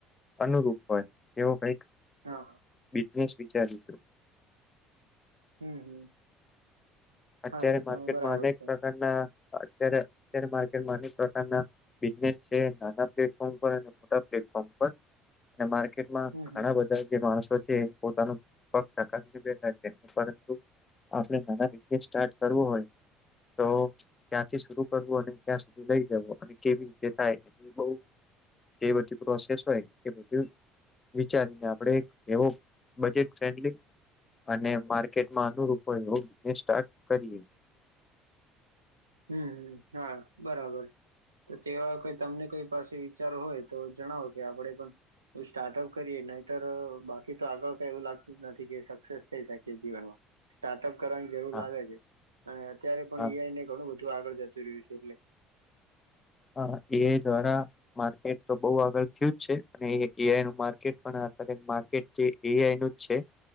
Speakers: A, on the left; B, on the right.
A: અનુરૂપ હોય, એવો કઈક
B: હા.
A: બીજનેસ વિચારીશું.
B: હમ હમ, હા
A: અત્યારે
B: એ પણ
A: માર્કેટમાં
B: બરાબર
A: અનેક
B: છે.
A: અત્યારે અત્યારે માકેટમાં અનેના બિઝનેસ છે નાના પ્લેટફોર્મ પર અને મોટા પ્લેટફોર્મ પર. અને માર્કેટમાં
B: હમ
A: ઘણા
B: હમ
A: બધા જે માણસો છે પોતાનું પગને બેઠા છે પરંતુ આપણે નાના બિઝનેસ સ્ટાર્ટ કરવો હોય, તો ક્યાંથી શરુ કરવું અને ક્યાં સુધી લઈ જવું અને કેવી રીતે થાય એ બ જે બતી પ્રો શશેષ હોય એ બધી વિચારીને આપડે એવો બજેટ ફ્રેન્ડલી અને માર્કેટમાં અનુરૂપ હો એવ બિને સ્ટાર્ટ કરીએ.
B: હમ હમ હા બરાબર તો તેવા કોય તમને કોઈ પાસે વિચારો હોય તો જણાવો કે આપણે પણ સ્ટાર્ટઅપ કરીએ નહી તોર બાકી તો આગળ કઈ એવું લાગતું જ નથી કે સક્સેસ થઈ શકી જીવનમાં. સ્ટાર્ટઅપ કરવાની જરૂર
A: હા
B: લાગે છે, અને અત્યારે પણ
A: હા
B: એ ઈ આઈને ઘણું બધું આગળ જતું રહ્યું છે એટલે.
A: હ એ દ્વારા માર્કેટ તો બો આગળ થયું જ છે, અને એ આઈ નું માર્કેટ પણ આ માર્કેટ જે એ આઈ નું જ છે,